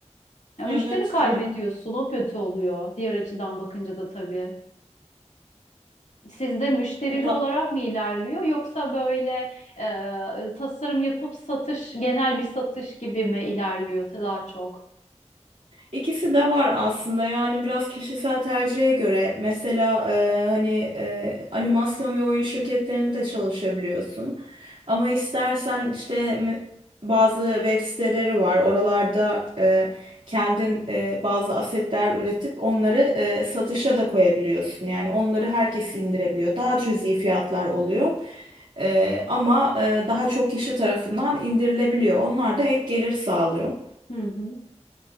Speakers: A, on the left; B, on the right.
A: Ya
B: Evet,
A: müşteri kaybediyorsun,
B: doğru.
A: o kötü oluyor. Diğer açıdan bakınca da tabii. Sizde müşterili
B: E, Da-
A: olarak mı ilerliyor yoksa böyle e, tasarım yapıp satış, genel bir satış gibi mi ilerliyor daha çok?
B: İkisi de var aslında yani biraz kişisel tercihe göre mesela e, hani e, animasyon ve oyun şirketlerinde de çalışabiliyorsun ama istersen işte me- bazı web siteleri var oralarda e, kendin e, bazı asetler üretip onları e, satışa da koyabiliyorsun yani onları herkes indirebiliyor daha cüzi fiyatlar oluyor E, ama e, daha çok kişi tarafından indirilebiliyor onlar da ek gelir sağlıyor
A: Hı hı.